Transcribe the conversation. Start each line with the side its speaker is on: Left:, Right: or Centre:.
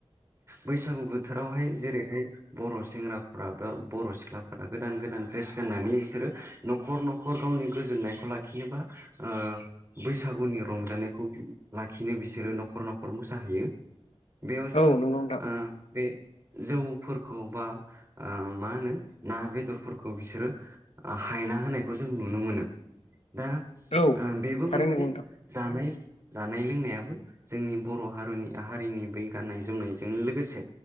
Right: बैसागु बोथोरावहाय जेरैहाय बर' सेंग्राफोरा बा बर' सिख्लाफोरा गोदान गोदान ड्रेस गाननानै बिसोरो न'खर न'खर गावनि गोजोननायखौ लाखिनोबा ओ बैसागुनि रंजानायखौ लाखिनो बिसोरो नखर न'खर मोसाहैयो। बेयाव जोङो
Left: औ नंगौ नोंथां
Right: ओ बे जौ खौ बा ओ ना बेदरफोरखौ बिसोर हाय होनाय खौ जों नुनो मोनो दा
Left: औ
Right: ओ बेबो
Left: थारैनो
Right: मोनसे
Left: नंगौ नोंथां
Right: जानाय जानाय लोंनायाबो जोंनि बर' हार'नि हारिनि बै गाननाय जोमनायजों लोगोसे